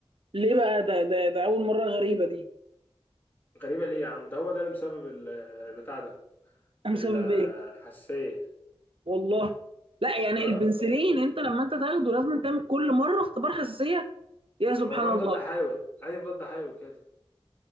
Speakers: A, on the right; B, on the left.
A: ليه بقى ده ده ده اول مره غريبه دي
B: غريبة ليه يا عم ده هو ده اللي مسبب ال- البتاع ده
A: أنا مسبب
B: الحساسية
A: ايه؟ والله لا يعني
B: اه
A: البنسلين انت لما انت تاخده لازم تعمل كل مره اختبار حساسيه يا سبحان
B: ما ده
A: الله
B: مضاد حيوي اي مضاد حيوي كده